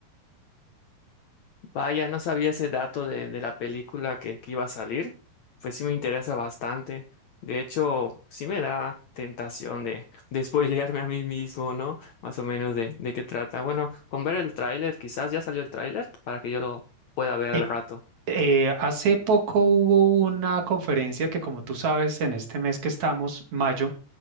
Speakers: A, on the left; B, on the right.
A: vaya, no sabía ese dato de, de la película que, que iba a salir. Pues sí me interesa bastante. De hecho, sí me da tentación de, de spoilearme a mí mismo, ¿no? Más o menos de, de qué trata. Bueno, con ver el tráiler, quizás ya salió el tráiler para que yo lo pueda ver
B: Eh,
A: al rato.
B: eh, hace poco hubo una conferencia que, como tú sabes, en este mes que estamos, mayo,